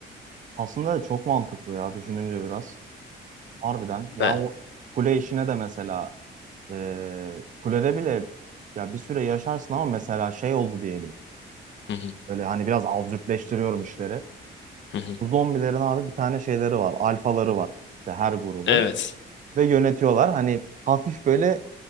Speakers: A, on the right (about 40°); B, on the left (about 65°).
A: Aslında çok mantıklı ya düşününce biraz. Harbiden. Yani
B: Ve...
A: o kule işine de mesela ee, kulede bile ya bir süre yaşarsın ama mesela şey oldu diyelim.
B: Hı hı,
A: Böyle hani biraz absürtleştiriyorum işleri.
B: hı hı.
A: Bu zombilerin abi bir tane şeyleri var. Alfaları var. İşte her grubun.
B: Evet.
A: Ve yönetiyorlar. Hani hafif böyle